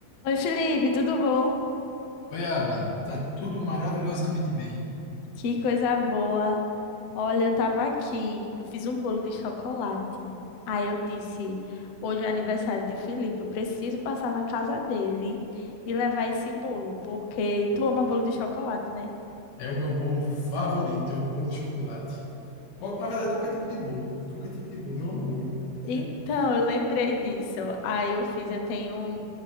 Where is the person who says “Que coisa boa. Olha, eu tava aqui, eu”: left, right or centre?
Left